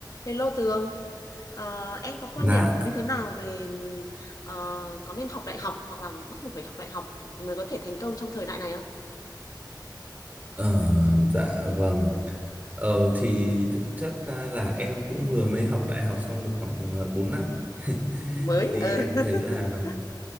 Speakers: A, on the left (about 50°); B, on the right (about 20°).
A: Hello Tường, Ờ, em có quan
B: Dạ,
A: điểm như thế nào về ờ, có nên học đại học hoặc là bắt buộc phải học đại học mới có thể thành công trong thời đại này không?
B: ờ, dạ vâng. Ờ, thì thực chất ra là em cũng vừa mới học đại học xong được khoảng ờ, 4 năm. <laughs>
A: Mới,
B: Thì
A: ừ,
B: em
A: <laughs>
B: thấy là